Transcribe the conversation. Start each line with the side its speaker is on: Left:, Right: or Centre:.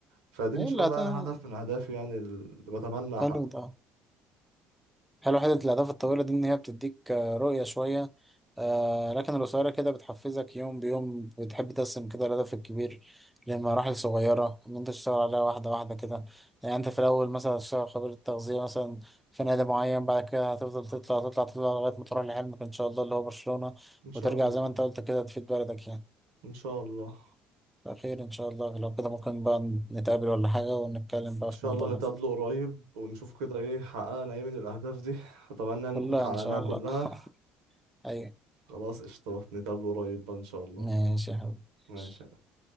Right: فدي
Centre: يلا
Right: ان شاء الله
Centre: ده
Right: يعني هدف من اهدافي يعني اللي بتمنى احققه
Centre: حلو ده حلو حتة الأهداف الطويلة دي إن هي بتديك آه، رؤية شوية آه لكن القصيرة كده بتحفزك يوم بيوم بتحب تقسم كده الهدف الكبير لمراحل صغيرة إن أنت تشتغل عليها واحدة واحدة كده يعني أنت في الأول مثلا هتشتغل خبير التغذية مثلا في نادي معين بعد كده هتفضل تطلع تطلع تطلع لغاية ما تروح لحلمك إن شاء الله اللي هو برشلونة
Right: ان شاء
Centre: وترجع
Right: الله
Centre: زي ما أنت قلت كده تفيد بلدك يعني
Right: ان شاء الله
Centre: بخير إن شاء الله لو كده ممكن بقى نتقابل ولا حاجة ونتكلم بقى
Right: ان شاء
Centre: في الموضوع
Right: الله
Centre: ده
Right: نتقابله قريب ونشوف كده ايه حققنا ايه من الاهداف دي اتمنى ان
Centre: كلها
Right: نكون حققناها
Centre: إن شاء الله
Right: كلها
Centre: <laughs> أيوة
Right: خلاص قشطة نتقابله قريب بقى ان شاء الله
Centre: ماشي يا حبيبي
Right: ماشي